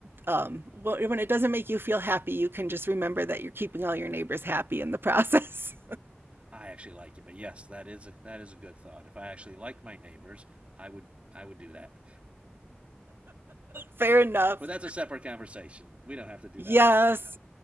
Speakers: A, on the right (about 60°); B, on the right (about 30°).
A: um when it doesn't make you feel happy, you can just remember that you're keeping all your neighbors happy in the process.
B: I actually like it, but yes, that is a, that is a good thought. If I actually liked my neighbors, I would I would do that.
A: <laughs> Fair enough.
B: <laughs> but that's a separate conversation. We don't have to do
A: Yes.
B: that one.